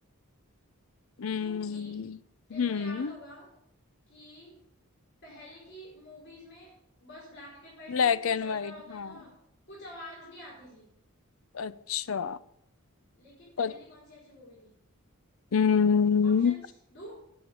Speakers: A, on the left (about 70°); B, on the left (about 50°).
A: हम्म
B: क्योंकि तेरे
A: हम्म
B: को याद होगा कि पहले की मूवीज में बस ब्लैक एंड व्हाइट
A: ब्लैक
B: कुछ कुछ
A: एंड
B: चल
A: वाइट
B: रहा होता
A: हाँ
B: था कुछ आवाज नहीं आती थी
A: अच्छा
B: लेकिन
A: पत,
B: पहली कौन सी ऐसी मूवी थी
A: हम्म
B: ऑप्शंस दो